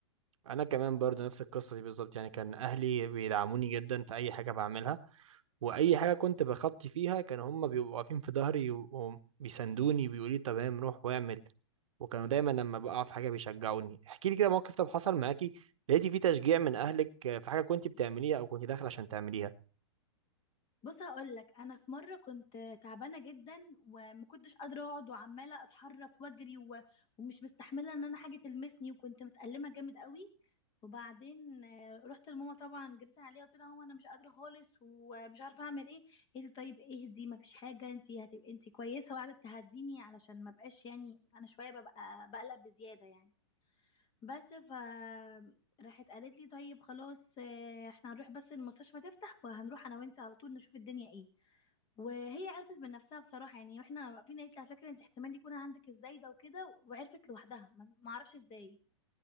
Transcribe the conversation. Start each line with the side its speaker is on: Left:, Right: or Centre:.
Right: انا كمان برضو نفس القصة دي بالظبط يعني كان اهلي بيدعموني جدا في اي حاجة بعملها واي حاجة كنت بخطي فيها كانوا هم بيبقوا واقفين في ظهري وبيسندوني وبيقولوا لي تمام روح واعمل وكانوا دايما لما بقع في حاجه بيشجعوني احكي لي كده موقف طب حصل معاكي لقيتي فيه تشجيع من اهلك في حاجه كنت بتعمليها او كنت داخل عشان تعمليها
Left: بص هقول لك انا في مره كنت تعبانه جدا وما كنتش قادره اقعد وعماله اتحرك واجري و... ومش مستحمله ان انا حاجه تلمسني وكنت متألمه جامد قوي وبعدين آه، رحت لماما طبعا جريت عليها قلت لها هو انا مش قادره خالص ومش عارفه اعمل ايه قالت لي طيب اهدي ما فيش حاجه انت هتبقي انت كويسه وقعدت تهديني علشان ما بقاش يعني انا شويه ببقى بقلق بزياده يعني بس ف راحت قالت لي طيب خلاص آه، احنا هنروح بس المستشفى تفتح وهنروح انا وانت على طول نشوف الدنيا ايه وهي عرفت من نفسها بصراحه يعني واحنا واقفين قالت لي على فكره انت احتمال يكون عندك الزايده وكده وعرفت لوحدها ما ما اعرفش ازاي